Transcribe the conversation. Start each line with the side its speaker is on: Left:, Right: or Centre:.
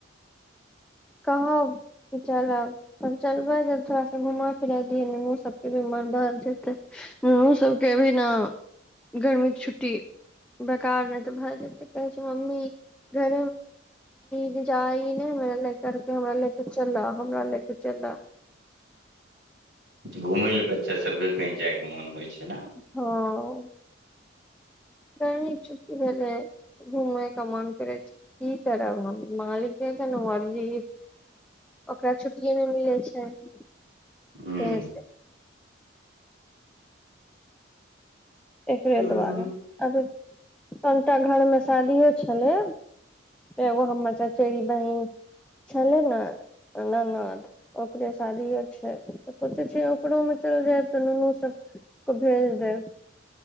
Centre: कहब कि चलब। तब चलबै जे थोड़ा सा घुमा फिराय दियै नुनुओ सबके भी मन बहल जेतै। नूनू सबके भी ने गर्मीक छुट्टी बेकार नै त भए जेतै कहै छैय मम्मी <unintelligible> कह देतौ हमरा लेके चलऽ हमरा लेके चलऽ।
Right: घुमै ले बच्चा सबके कहीं जाइके मोन होइ छैय न।
Centre: हँ। गरमीके छुट्टी भेलै। घुमै के मन करै छैय की करब हम मालिके के ने मर्जी। ओकरा छुट्टिए नै मिलै छैय तें
Right: ह
Centre: से। एकरे
Right: ह
Centre: दु्वारे अभी कोनटा घरमे शादियो छलै एगो हमर चचेरी बहिन छलै न ननद ओकरे शादियो छैय त सोचै छियै ओकरोमे चल जाएब त नुनू सब क भेज देब।